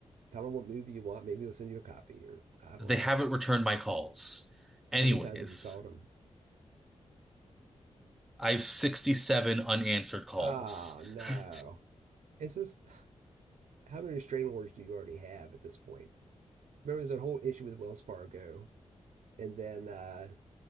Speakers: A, on the right; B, in the centre.
A: Tell them what movie you want. Maybe they'll send you a copy, or I don't
B: They
A: know.
B: haven't returned my calls. Anyways,
A: How many times have you called them?
B: I have 67 unanswered calls.
A: Ah, oh, no.
B: <laughs>
A: It's just how many restraining orders do you already have at this point? Remember, there's a whole issue with Wells Fargo, and then uh,